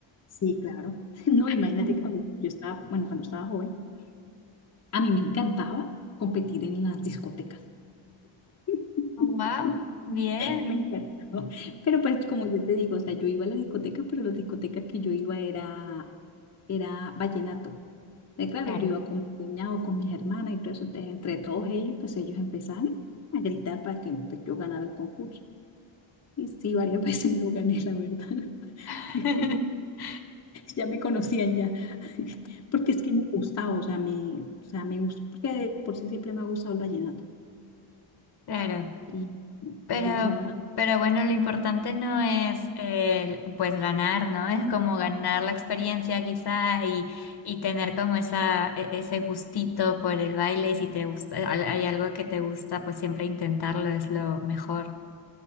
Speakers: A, on the left; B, on the left.
A: Sí, claro. <laughs> No, imagínate
B: <laughs>
A: que cuando yo estaba, bueno, cuando estaba joven, a mí me encantaba competir en las discotecas. <laughs>
B: Wow, bien.
A: <laughs> Me encantó. Pero pues como yo te digo, o sea, yo iba a la discoteca, pero las discotecas que yo iba era, era vallenato. Eh, claro,
B: Claro.
A: yo iba con mi cuñado, con mis hermanas y todo eso. Entonces, entre todos ellos, pues ellos empezaban a gritar para que pues, yo ganara el concurso. Y sí, varias <laughs> veces me lo gané, la verdad.
B: <laughs>
A: <laughs> Ya me conocían ya. <laughs> Porque es que me gustaba, o sea, me, o sea, me gusta, porque de por sí siempre me ha gustado el vallenato.
B: Claro.
A: Y,
B: Pero,
A: y, o sea,
B: pero bueno, lo importante no es el, pues ganar, ¿no? Es como ganar la experiencia quizá y, y tener como esa, e- ese gustito por el baile y si te gusta, al- hay algo que te gusta, pues siempre intentarlo es lo mejor.